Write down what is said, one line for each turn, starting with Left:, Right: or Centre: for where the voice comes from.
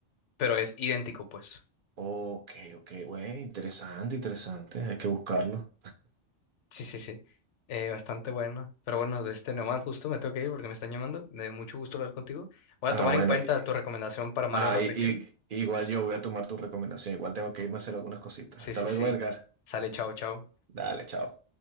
Left: pero es idéntico, pues.
Right: Ok, ok, güey, interesante, interesante, hay que buscarlo.
Left: Sí, sí, sí. Eh, bastante bueno. Pero bueno, de este Neomar justo me tengo que ir porque me están llamando. Me dio mucho gusto hablar contigo. Voy
Right: Ah,
Left: a tomar
Right: bueno,
Left: en cuenta
Right: y-
Left: tu recomendación para Mario
Right: ah,
Left: RPG.
Right: y, y- igual yo voy a tomar tu recomendación, igual tengo que irme a hacer algunas cositas.
Left: Sí,
Right: Hasta
Left: sí,
Right: luego,
Left: sí.
Right: Edgar.
Left: Sale, chao, chao.
Right: Dale, chao.